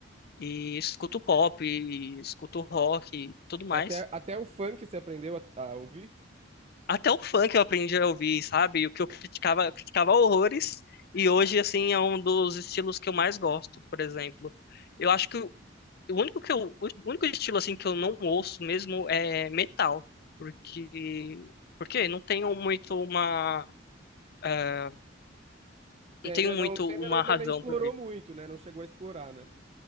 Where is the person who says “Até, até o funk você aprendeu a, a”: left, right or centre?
Right